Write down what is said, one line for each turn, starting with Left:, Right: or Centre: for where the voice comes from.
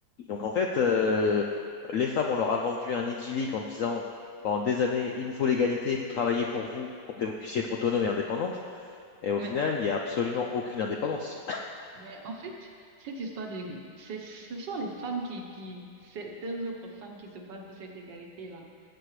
Left: Donc en fait, euh, les femmes, on leur a vendu un idyllique en disant, pendant des années, il vous faut l'égalité, il faut travailler pour vous, pour que vous puissiez être autonome et indépendante. Et au
Right: Mais,
Left: final, il n'y a absolument aucune indépendance.
Right: mais en fait, cette histoire de, c'est, ce sont les femmes qui, qui, certaines autres femmes qui se battent pour cette égalité-là.